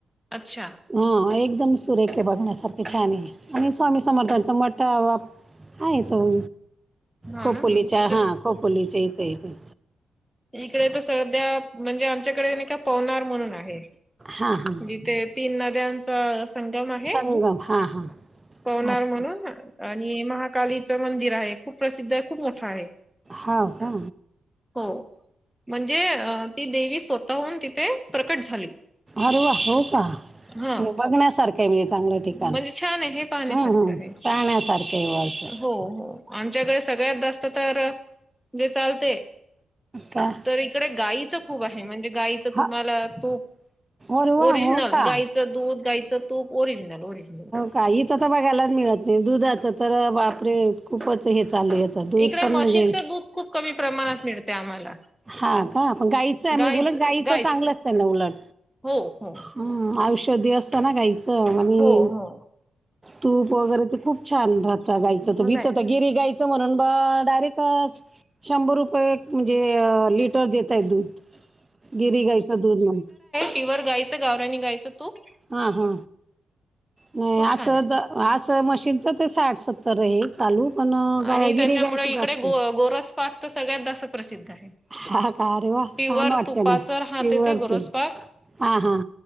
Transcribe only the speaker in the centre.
अच्छा
हो
ना इकडे
इकडे तर सध्या म्हणजे आमच्याकडे का पवनार म्हणून आहे
जिथे तीन नद्यांचा सगम आहे
पवनार
म्हणून आणि महा कालीचं मंदिर आहे खूप प्रसिद्ध आहे खूप मोठा आहे.
हो. म्हणजे ती देवी स्वतःहून तिथे प्रकट झाली
हा.
म्हणजे छान आहे हे पाहण्यासारखं
आहे.
हो हो आमच्याकडे सगळ्यात जास्त तर जे चालते
तर इकडे गाईचं खूप आहे म्हणजे गाईचं
तुम्हाला तूप
ओरिजनल
गायचं दूध गायचं तूप ओरिजनल ओरिजनल.
इकडे
म्हशीचं
दूध खूप कमी प्रमाणात मिळते आम्हाला.
गाईच
गाईच
हो हो
हो हो
हो
नाही
पिवर गायचं गावनी गायचं तूप
खूप
छान आहे.
आणि
त्याच्यामुळे
इकडे गो
गोरस पाात तर सगळ्यात जास्त प्रसिद्ध हाय.
प्युअर
तुपाच
राहते
येते घोरसपाक.